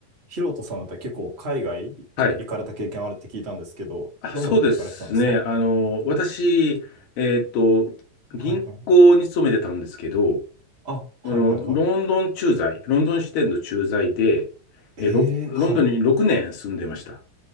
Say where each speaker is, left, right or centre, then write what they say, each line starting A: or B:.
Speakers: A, on the right (about 40°); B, on the left (about 45°).
A: ヒロトさんって結構海外行かれた経験あるって聞いたんですけど、
B: はい。あそうですね。
A: どんなとこ行かれてたんですか
B: あの、私、えっと、銀行に勤めてたんですけど、
A: はいはいはい。あ、はいはいはい。
B: あの、ロンドン駐在、ロンドン支店の駐在で、
A: ええはい。
B: えーロ、ロンドンに6年住んでました。